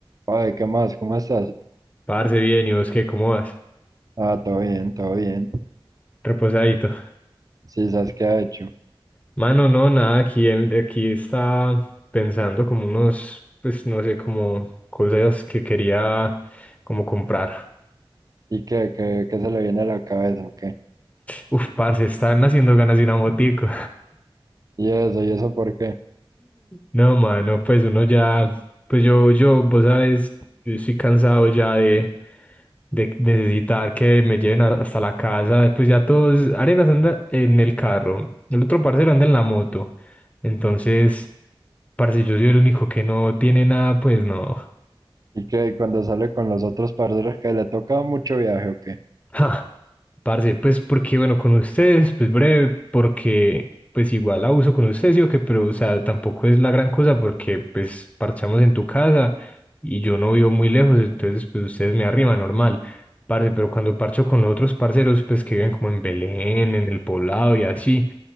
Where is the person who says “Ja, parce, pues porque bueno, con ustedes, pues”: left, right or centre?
Left